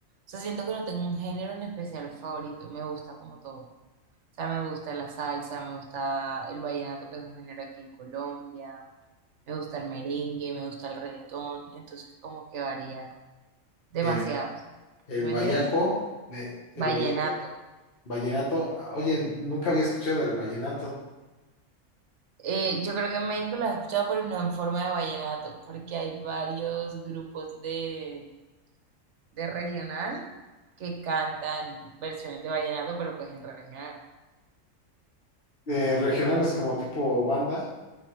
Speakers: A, on the right (about 65°); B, on the left (about 45°).
A: sea, siento que no tengo un género en especial favorito. Me gusta como todo. O sea, me gusta la salsa, me gusta el vallenato, que es un género aquí en Colombia. Me gusta el merengue, me gusta el reggaetón. Entonces, como que varía demasiado.
B: el, el
A: ¿Sí me
B: vallaco,
A: entiendes?
B: me-
A: Vallenato.
B: el vallaco, vallenato. Ah, Oye, nunca había escuchado el vallenato.
A: Eh, yo creo que en México lo has escuchado, pero no en forma de vallenato, porque hay varios grupos de, de regional que cantan versiones de vallenato, pero pues en regional.
B: Eh, regionales como tipo banda.